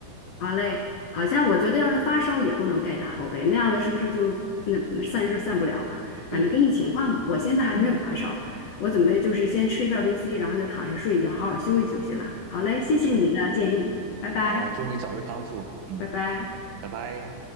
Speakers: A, on the left; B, on the right.
A: 好嘞，好像我觉得要是发烧也不能盖大厚被，那样的是不是就那散热散不了啊？
B: 对，
A: 反正根据情况吧。我现在还没有发烧，
B: 嗯，
A: 我准备就是先吃一片儿 VC，然后就躺下睡一觉，好好休息休息了。好嘞，谢谢你的建议，
B: 是啊，
A: 拜拜，
B: 好，祝你早日康复，嗯，
A: 拜拜。
B: 拜拜。